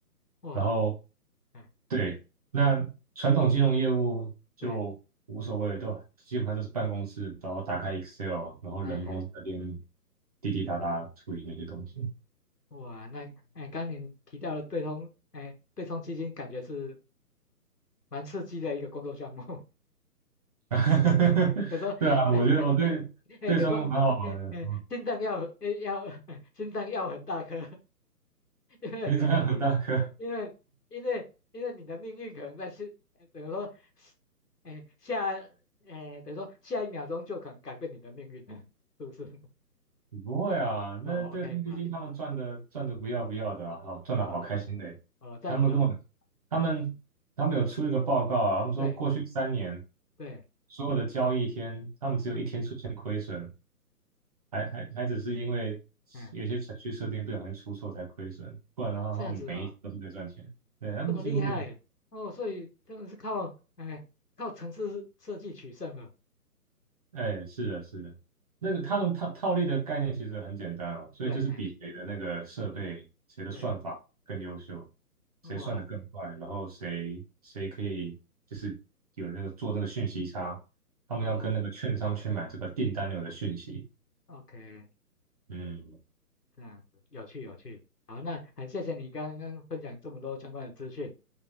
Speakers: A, on the left; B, on the right.
A: 哇，
B: 然后
A: 哎
B: 对，那传统金融业务就无所谓，
A: 哎对，
B: 都基本上都是办公室，然后打开 Excel，然后人工在那边
A: 哎哎
B: 滴滴答答处理那些东西。
A: 哇，那哎刚你提到的对冲，哎对冲基金，感觉是。蛮刺激的一个工作项目。
B: <laughs>
A: <laughs> 等于说，
B: 对啊，
A: <laughs>
B: 我觉得我对对中文蛮好玩的，
A: 哎，等于说，哎哎，
B: 嗯，
A: 心脏要哎要 <laughs> 心脏要很大颗，<laughs> 因为
B: 因为中文很大颗。
A: 因为因为因为你的命运可能在是，呃等于说，哎下哎等于说下一秒钟就可能改变你的命运了，是不是？<laughs>
B: 不会啊，
A: 哦，OK
B: 那对冲基金他们赚的赚的不要不要的啊，
A: 啊，哎
B: 好赚的好开心的。
A: 啊哦这样子哦，
B: 他们跟我，他们他们有出一个报告啊，
A: 哎
B: 他们说过去三年
A: 对对，
B: 所有的交易天，他们只有一天出现亏损，
A: 哎
B: 还还还只是因为
A: 哎
B: 有些程序设定不小心出错才亏损，不然的话他们每一天都是在赚钱。
A: 这样子哦。
B: 对，他们几乎没有。
A: 这么厉害哦，所以他们是靠哎靠城市设计取胜了
B: 哎，是的，是的，那个他们套套利的概念其实很简单啊，
A: 啊，
B: 所以就是比谁的那个设备、
A: 对，哎
B: 谁的算法更优秀，
A: 对，
B: 谁算得更快，
A: 哇
B: 然后谁谁可以就是有那个做那个讯息差，他们要跟那个券商去买这个订单流的讯息。
A: 哦，OK，
B: 嗯
A: 这样子有趣有趣，好，那很谢谢你刚刚分享这么多相关的资讯，